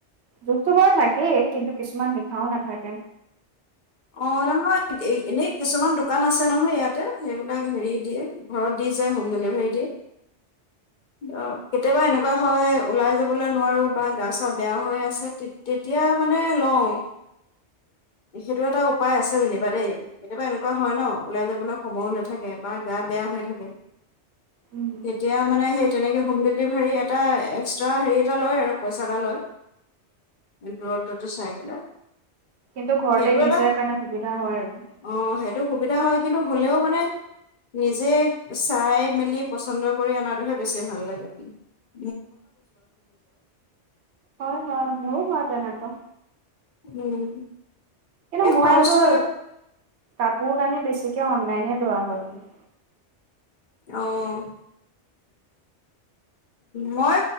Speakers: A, on the right; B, on the left.
A: জোখটো বাৰু থাকেই, কিন্তু কিছুমান লিখাও নাথাকে।
B: অ নহয় এনেই কিছুমান দোকান আছে নহয় ইয়াতে সেইবিলাক হেৰি দিয়ে ঘৰত দি যায় হোম ডেলিভাৰী দিয়ে। অ' কেতিয়াবা এনেকুৱা হয় ওলাই যোৱা বোলে নোৱাৰো বা গা-চা বেয়া হৈ আছে, তেতি-তেতিয়া মানে লওঁ। সেইটো এটা উপায় আছে যেনিবা দেই, কেতিয়াবা এনেকুৱা হয় ন ওলাই যাবলৈ সময়ো নাথাকে বা গা বেয়া হৈ থাকে!
A: উম,
B: তেতিয়া মানে সেই তেনেকে হোম ডেলিভাৰী এটা এক্সট্ৰা হেৰি এটা লয় আৰু, পইচা এটা লয়। দূৰত্বটো চাই পেলাই
A: কিন্তু ঘৰতে
B: সেইটো
A: দি
B: এটা
A: যায় কাৰণে সুবিধা হয় আৰু
B: অ' সেইটো সুবিধা হয় কিন্তু হ'লেও মানে নিজে চাই মেলি পচন্দ কৰি অনাটোহে বেছি ভাল লাগে আউ
A: হয় হয় মোৰো হয় তেনেকুৱা
B: উম
A: কিন্তু
B: এ
A: মই
B: খোৱা
A: আকৌ,
B: বস্তু বিলাক
A: কাপোৰ-কানি বেছি তেতিয়া অনলাইনে লোৱা হয় বোলো
B: অঁ মই